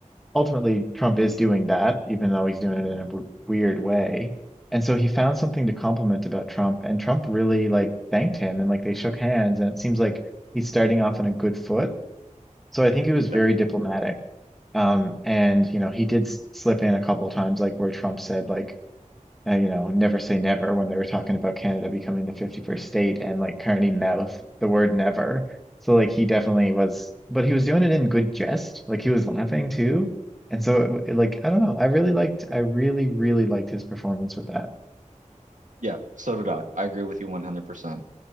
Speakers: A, in the centre; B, on the right.
A: ultimately Trump is doing that, even though he's doing it in a w weird way. And so he found something to compliment about Trump, and Trump really like thanked him and like they shook hands, and it seems like he's starting off on a good foot. So I think he was
B: Exactly.
A: very diplomatic. Um, and you know, he did s- slip in a couple of times, like where Trump said, like, uh, you know, never say never when they were talking about Canada becoming the 51st state and like Carney mouth the word never. So like he definitely was, but he was doing it in good jest. Like he was laughing too. And so it, w- it, like I don't know, I really liked I really really liked his performance with that.
B: Yeah. So did I. I agree with you 100%.